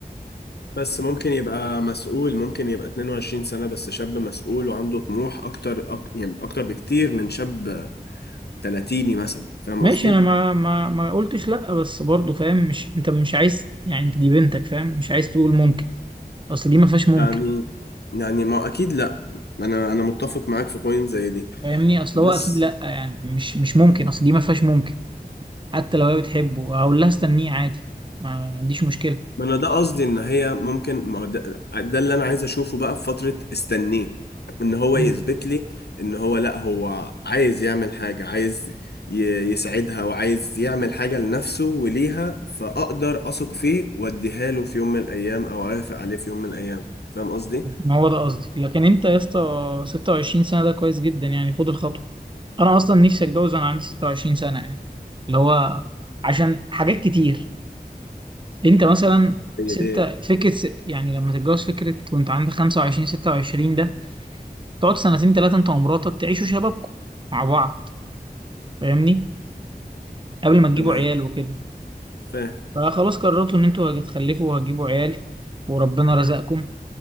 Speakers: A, on the left (about 80°); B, on the right (about 30°).
A: بس ممكن يبقى مسؤول ممكن يبقى 22 سنة بس شاب مسؤول وعنده طموح اكتر أك... يعني اكتر بكتير من شاب 30 مثلا فاهم
B: ماشي
A: قصدي
B: انا ما ما ما قلتش لا بس برضه فاهم مش انت مش عايز يعني انت دي بنتك فاهم مش عايز تقول ممكن اصل دي ما فيهاش ممكن
A: يعني يعني ما اكيد لا انا انا متفق معاك في بوينت زي دي
B: فاهمني اصل
A: بس
B: هو اكيد لا يعني مش مش ممكن اصل دي ما فيهاش ممكن حتى لو هي بتحبه هقول لها استنيه عادي ما عنديش مشكلة
A: ما انا ده قصدي ان هي ممكن ما هو ده, ده اللي انا عايز اشوفه بقى في فترة استنيه ان هو
B: مم.
A: يثبت لي ان هو لا هو عايز يعمل حاجة عايز ي- يسعدها وعايز يعمل حاجة لنفسه وليها فاقدر اثق فيه واديها له في يوم من الايام او اوافق عليه في يوم من الايام فاهم قصدي؟
B: ما هو ده قصدي لكن انت يا اسطى 26 سنة ده كويس جدا يعني خد الخطوة انا اصلا نفسي اتجوز وانا عندي 26 سنة يعني اللي هو عشان حاجات كتير انت مثلا
A: ايه
B: ستة
A: ايه
B: فكرة س- يعني لما تتجوز فكرة وانت عندك 25 26 ده تقعد سنتين ثلاثة انت ومراتك تعيشوا شبابكم مع بعض فاهمني قبل ما تجيبوا
A: تمام
B: عيال وكده
A: فاهم
B: فخلاص قررتوا ان انتوا هتخلفوا وهتجيبوا عيال وربنا رزقكم